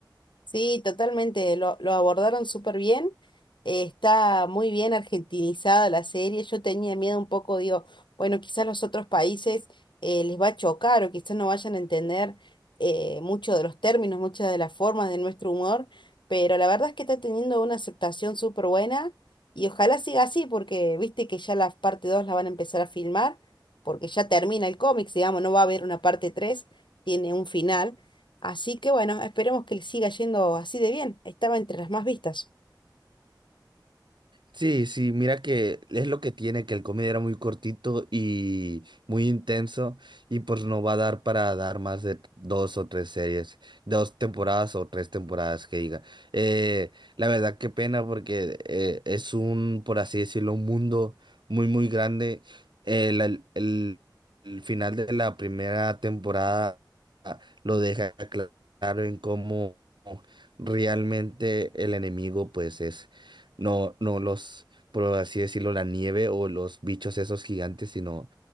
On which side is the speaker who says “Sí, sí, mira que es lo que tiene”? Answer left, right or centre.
Right